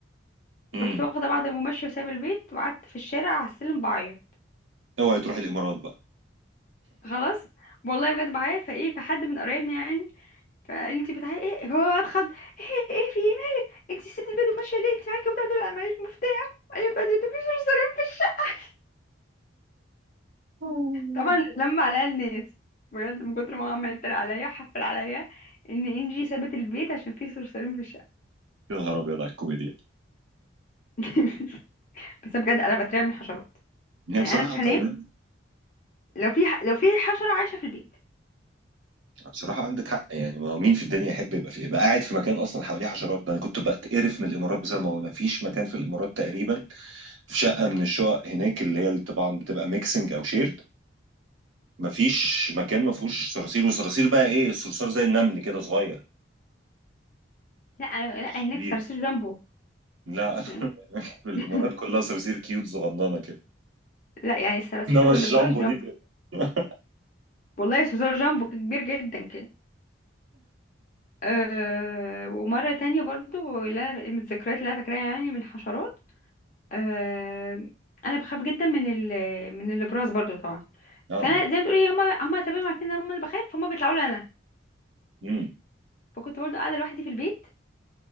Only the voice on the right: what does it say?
امم
اوعي تروح الامارات بقى
<laughs>
يا نهار ابيض على الكوميديا
هي
بصراحه
انت
هنا
بصراحه عندك حق يعني ما مين في الدنيا يحب يبقى في يبقى قاعد في مكان اصلا حواليه حشرات ده انا كنت بتقرف من الامارات بسبب الموضوع ده. ما فيش مكان في الامارات تقريبا في شقه من الشقق هناك اللي هي اللي طبعا بتبقى ميكسنج او شيرد ما فيش مكان ما فيهوش صراصير وصراصير بقى ايه الصرصار زي النمل كده صغير
شديد
لا <laughs>
في الامارات
كلها صراصير كيوت صغننه كده
انما
الجامبو
دي <laughs> لا
لا
امم